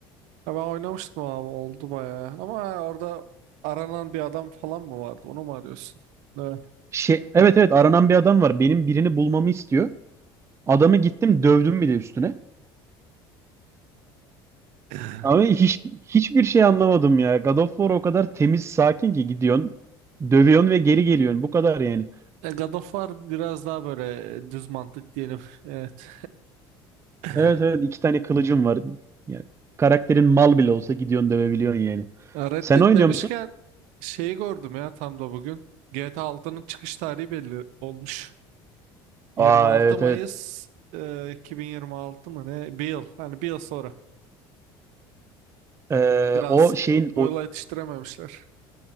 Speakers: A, on the right (about 70°); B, on the right (about 20°).
A: Ya ben oynamıştım abi oldu bayağı. Ama orada aranan bir adam falan mı vardı? Onu mu arıyorsun? Evet.
B: Şey, evet evet aranan bir adam var. Benim birini bulmamı istiyor. Adamı gittim dövdüm bile üstüne.
A: <laughs>
B: Ama hiç hiçbir şey anlamadım ya. God of War o kadar temiz sakin ki gidiyorsun. Dövüyorsun ve geri geliyorsun. Bu kadar yani.
A: E, God of War biraz daha böyle e, düz mantık diyelim. Evet. <laughs>
B: Evet evet iki tane kılıcım var. Yani karakterin mal bile olsa gidiyorsun dövebiliyorsun yani.
A: Red
B: Sen
A: Dead
B: oynuyor
A: demişken
B: musun?
A: şeyi gördüm ya tam da bugün. GTA 6'nın çıkış tarihi belli olmuş.
B: Aa
A: 26
B: evet
A: Mayıs
B: evet.
A: e, 2026 mı ne? Bir yıl. Hani bir yıl sonra.
B: Ee,
A: Biraz
B: o şeyin
A: bu
B: o
A: yıla yetiştirememişler.